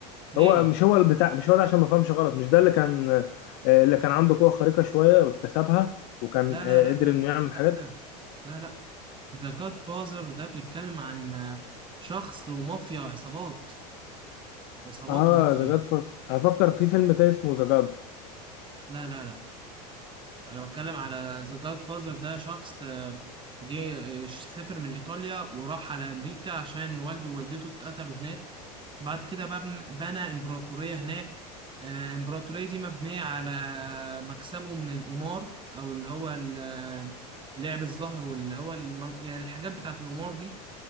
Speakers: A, on the right; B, on the left.
A: ليه
B: هو مش هو البتاع مش هو ده عشان ما فهمش غلط مش ده اللي كان آه، اللي كان عنده قوه خارقه شويه واكتسبها وكان
A: لا
B: آه،
A: لا لا
B: قدر
A: لا
B: انه يعمل
A: لا
B: حاجات
A: ايه ده لا لا ذا جاد فازر ده بيتكلم عن آه، شخص ومافيا عصابات عصابات
B: اه
A: ومافيا
B: ذا جاد فاس افكر في فيلم تاني اسمه ذا جاد
A: لا لا لا انا بتكلم على ذا جاد فازر ده شخص آه، جه آه، سافر من ايطاليا وراح على امريكا عشان والده ووالدته اتقتلوا هناك بعد كده بقى بن- بنى امبراطورية هناك آه، الامبراطورية دي مبنية على مكسبه من القمار او اللي هو ال- آه، لعب الزهر واللي هو الم- يعني الحاجات بتاعت القمار دي